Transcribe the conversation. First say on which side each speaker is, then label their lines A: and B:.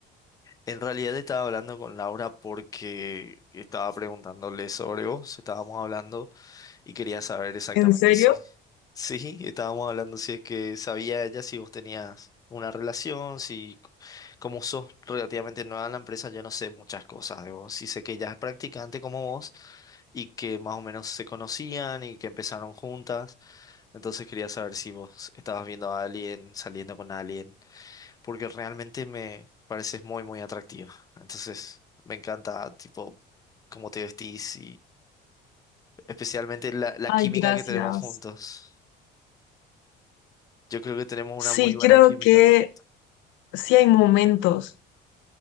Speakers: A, on the left; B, on the left.
A: En realidad estaba hablando con Laura porque estaba preguntándole sobre vos, estábamos hablando. Y quería saber exactamente
B: ¿En serio?
A: si, sí, estábamos hablando si es que sabía ella si vos tenías una relación, si c- como sos relativamente nueva en la empresa, yo no sé muchas cosas de vos. Sí sé que ella es practicante como vos y que más o menos se conocían y que empezaron juntas. Entonces quería saber si vos estabas viendo a alguien, saliendo con alguien, porque realmente me pareces muy, muy atractiva. Entonces me encanta, tipo, cómo te vestís Especialmente la, la
B: Ay,
A: química
B: gracias.
A: que tenemos juntos. Yo creo que tenemos una
B: Sí,
A: muy buena
B: creo
A: química,
B: que
A: correcto.
B: sí hay momentos,